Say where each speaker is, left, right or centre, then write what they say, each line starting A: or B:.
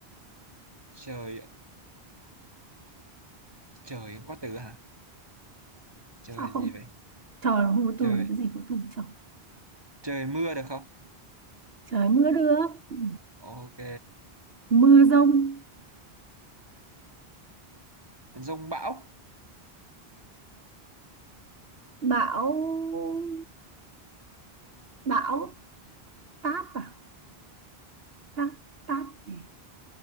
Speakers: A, on the right; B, on the right.
A: trời trời cũng có từ hả trời
B: sao không
A: gì vậy
B: trời mà không có
A: trời
B: từ cái gì có từ trời
A: trời mưa được không
B: trời mưa nước Ừ.
A: ok
B: mưa rông
A: dông bão
B: bão bão táp à táp táp gì